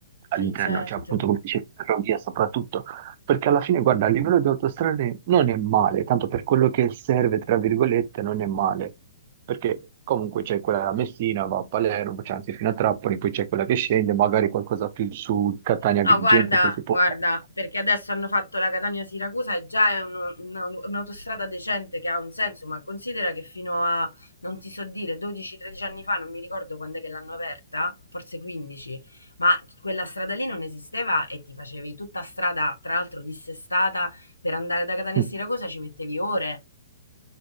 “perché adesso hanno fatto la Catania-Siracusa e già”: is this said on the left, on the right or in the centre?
Left